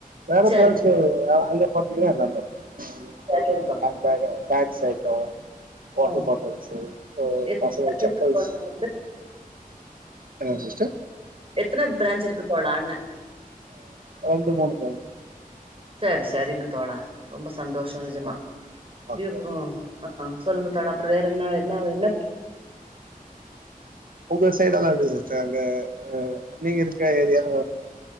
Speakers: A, on the right (about 70°); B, on the right (about 40°).
A: வேற
B: சரி
A: பிரான்ச்சு அங்க பாத்தீங்கனா எல்லாமே இருக்கு
B: சரிங்க
A: சொல்ற
B: தோழா
A: ஹேண்ட் பேக் பேக்ஸ் ஐட்ட வாட்டர்
B: ம்
A: பாட்டல்ஸ் சோ
B: எத்தன
A: பசங்க
B: பிரான்ச் இருக்கு
A: செப்பல்ஸ்
B: தோழா
A: என்னங்க சிஸ்டர்
B: எத்தன பிரான்ச் இருக்கு தோழான்ன
A: ரெண்டு மூணு பிரான்ச்
B: சரி சரிங்க தோழா ரொம்ப சந்தோஷொ நெஜமா
A: ஆ ஓகே
B: இப்
A: ஓகே
B: அ சொல்லுங்க தோழா அப்ரோ வேற என்ன என்ன என்ன
A: ஒங்க சைடாதா இருக்கு சிஸ்டர் அங்க அ நீங்க இருக்க ஏரியா